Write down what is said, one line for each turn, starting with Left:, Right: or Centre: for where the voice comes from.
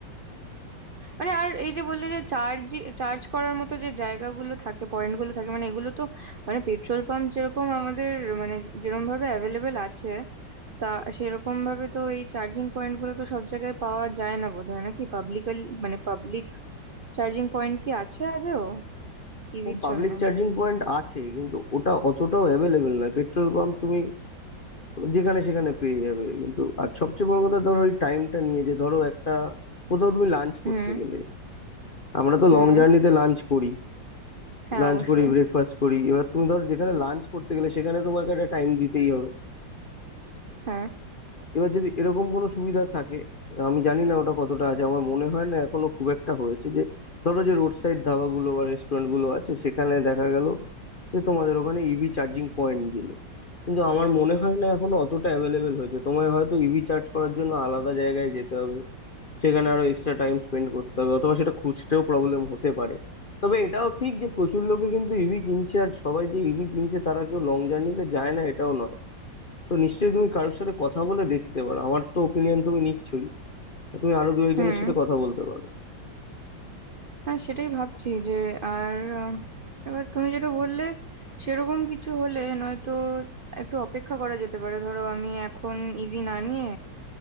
Right: মানে আর এই যে বললে যে চার্জ চার্জ করার মতো যে জায়গাগুলো থাকে পয়েন্টগুলো থাকে মানে এগুলো তো মানে পেট্রোল পাম্প যেরকম আমাদের মানে যেরকম ভাবে অ্যাভেলেবেল আছে তা সেরকম ভাবে তো এই চার্জিং পয়েন্ট গুলো তো সব জায়গায় পাওয়া যায় না বোধহয় নাকি পাবলিক মানে পাবলিক চার্জিং পয়েন্ট কি আছে আদৌ ইভির
Left: পাবলিক
Right: জন্য
Left: চার্জিং পয়েন্ট আছে কিন্তু ওটা অতটাও অ্যাভেলেবেল নয় পেট্রোল পাম্প তুমি যেখানে সেখানে পেয়ে যাবে কিন্তু আর সবচেয়ে বড় কথা ধরো ওই টাইমটা নিয়ে যে ধরো একটা কোথাও তুমি লাঞ্চ
Right: হুম
Left: করতে গেলে আমরা তো
Right: হুম
Left: লং জার্নিতে লাঞ্চ করি
Right: হ্যাঁ
Left: লাঞ্চ
Right: অবশ্যই
Left: করি ব্রেকফাস্ট করি এবার তুমি ধরো যেখানে লাঞ্চ করতে গেলে সেখানে তোমাকে একটা টাইম দিতেই হবে
Right: হ্যাঁ
Left: এবার যদি এরকম কোনো সুবিধা থাকে আমি জানি না ওটা কতটা আছে আমার মনে হয় না এখনো খুব একটা হয়েছে যে ধরো যে রোড সাইড ধাবাগুলো বা রেস্টুরেন্ট গুলো আছে সেখানে দেখা গেল যে তোমাদের ওখানে ইভি চার্জিং পয়েন্ট দিল কিন্তু আমার মনে হয় না এখনো অতটা অ্যাভেলেবেল হয়েছে তোমায় হয়তো ইভি চার্জ করার জন্য আলাদা জায়গায় যেতে হবে সেখানে আরো এক্সট্রা টাইম স্পেন্ড করতে হবে অথবা সেটা খুঁজতেও প্রবলেম হতে পারে তবে এটাও ঠিক যে প্রচুর লোকে কিন্তু ইভি কিনছে আর সবাই যে ইভি কিনছে তারা কেউ লং জার্নিতে যায় না এটাও নয় তো নিশ্চয়ই তুমি কারোর সাথে কথা বলে দেখতে পারো আমার তো ওপিনিয়ন তুমি নিচ্ছই তো তুমি আরো দু একজনের
Right: হুম
Left: সাথে কথা বলতে পারো
Right: হ্যাঁ সেটাই ভাবছি যে আর উম, এবার তুমি যেটা বললে সেরকম কিছু হলে নয়তো একটু অপেক্ষা করা যেতে পারে ধরো আমি এখন ইভি না নিয়ে